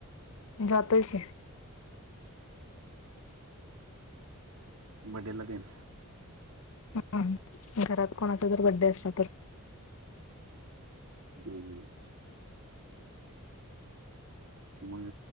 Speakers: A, on the left; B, on the right.
A: जातो का?
B: बडल दिन
A: ह घरात कोणाचा जर बड्डे असला तर
B: हम्म मग